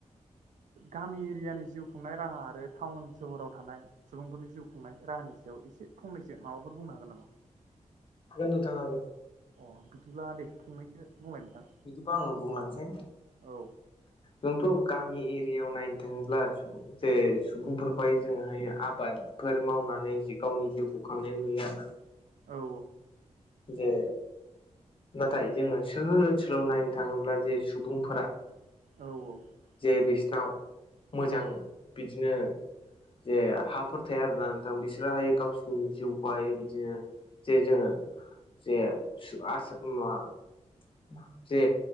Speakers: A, on the right; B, on the left.
A: गामि एरियानि जिउ खुंनाय राहा आरो टाउन सहराव थानाय सुबुंफोरनि जिउ खुंनाय राहानि सायाव एसे फंनैसो माबाफोर बुंनो हागोन नामा?
B: हागोन नोंथां हागोन।
A: अ बिदिब्ला दे फंनैसो बुंंलाय नोंथां।
B: बिदिबा आङो बुंलांसै
A: औ
B: जोंथ' गामि एरियायाव नायनो थाङोब्ला जे सुबुंफोरखौहाय जोंङोहाय आबाद फोर मावनानै जि गावनि जिउखौ खांनाय नुयो आरोना
A: औ
B: जे नाथाय जोंङो सोहोर ओनसोलाव नायनो थाङोब्ला जे सुबुंफोरा
A: औ
B: जे बिसिनाव मोजां
A: औ
B: बिदिनो जे हाफोर थाया आरोना नोंथां बिसोरहायो गावसिरनि जिउखौहाय बिदिनो जे जोंङो जे <unintelligible> जे